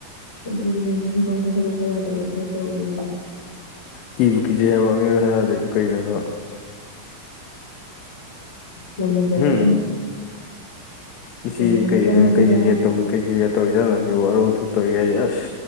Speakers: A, on the left; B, on the left.
A: ꯑꯗꯨꯅꯦ ꯃꯤꯉꯣꯟꯗ ꯍꯥꯏꯗꯣꯛꯄ ꯌꯥꯗꯕ ꯈꯔ ꯇꯧꯔꯤꯌꯦ
B: ꯀꯤꯕꯨ ꯀꯤꯖꯩ ꯍꯥꯏꯕ ꯃꯤꯉꯣꯟꯗ ꯍꯥꯏꯗꯣꯛ ꯌꯥꯗꯔꯤꯁꯤꯕꯨ ꯀꯔꯤꯅꯣ ꯍꯥꯏꯕ
A: ꯂꯥꯝ ꯖꯟ ꯖꯥꯔꯛꯁꯅꯤ
B: ꯎꯝ ꯏꯆꯦ
A: ꯍꯦꯜꯂꯛꯀꯅꯣꯗꯅ
B: ꯀꯩ ꯀꯩ ꯀꯩ ꯇꯧꯏ ꯀꯩ ꯀꯩꯀ ꯇꯧꯔꯤꯗꯅꯣ ꯁꯤꯁꯨꯕꯨ ꯑꯔꯨ ꯑꯟꯊꯨꯞ ꯇꯧꯔꯤꯒ ꯍꯥꯏꯁꯦ ꯑꯁ